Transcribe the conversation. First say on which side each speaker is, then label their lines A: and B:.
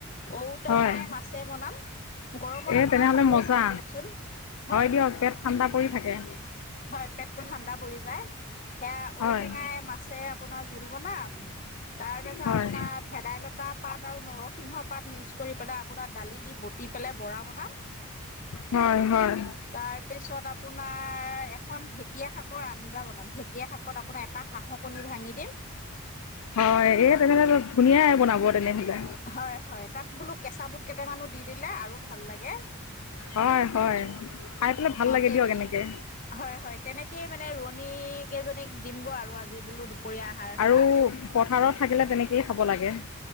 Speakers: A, on the left; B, on the left.
A: ঔটেঙাই
B: হয়,
A: মাছে বনাম। গৰমত
B: এই
A: আপোনাৰ
B: তেনেহ'লে
A: খাবও
B: মজা,
A: ভাল দিয়কচোন। হয়
B: দিয়ক
A: হয়।
B: পেট ঠাণ্ডা পৰি থাকে।
A: হয়, পেটটো ঠাণ্ডা পৰি যায়। সেয়া
B: হয়।
A: ঔটেঙাই, মাছে আপোনাৰ জোল বনাম। তাৰ পিছত
B: হয়
A: আপোনাৰ ভেদাইলতা পাত আৰু নৰসিংহ পাত মিক্স কৰি পেলাই আপোনাৰ দালি দি বটি পেলাই বৰা বনাম।
B: হয় হয়
A: তাৰ পিছত আপু আপোনাৰ এখন ঢেকীয়া শাকৰ আঞ্জা বনাম। ঢেকীয়া শাকত আপোনাৰ এটা হাঁহ কণী ভাঙি দিম।
B: হয়, এই
A: তাত
B: তেনেহ'লে ধুনীয়াই বনাব তেনেহ'লে।
A: হয় হয় তাত বোলো কেঁচা বুট কেইটামানো দি দিলে আৰু ভাল লাগে।
B: হয় হয় খাই পেলাই ভাল লাগে
A: তেন
B: দিয়ক এনেকে।
A: হয় হয় তেনেকেই মানে ৰোৱনী কেইজনীক দিম গৈ আৰু আজি বোলো দুপৰীয়া আহাৰ
B: আৰু
A: সাজ।
B: পথাৰত থাকিলে তেনেকেই খাব লাগে।